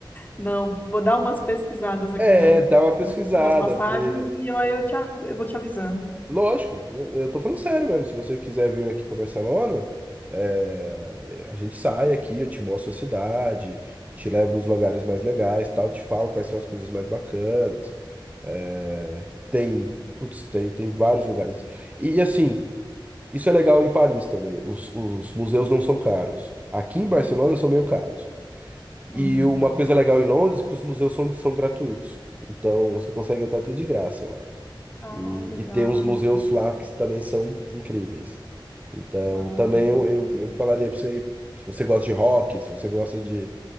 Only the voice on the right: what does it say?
É,
dá uma pesquisada,
vê.
Lógico, né? eu tô falando sério mesmo. Se você quiser vir aqui para Barcelona, é, a gente sai aqui, eu te mostro a cidade, te levo nos lugares mais legais, tal, te falo quais são as coisas mais bacanas. É, tem, putz, tem, tem vários lugares. E, e, assim, isso é legal em Paris também. Os, os museus não são caros. Aqui em Barcelona são meio caros.
E uma coisa legal em Londres é que os museus são, são gratuitos. Então você consegue entrar tudo de graça lá.
E,
e tem uns museus lá que também são incríveis. Então,
também
eu, eu, eu falaria para você, se você gosta de rock, se você gosta de,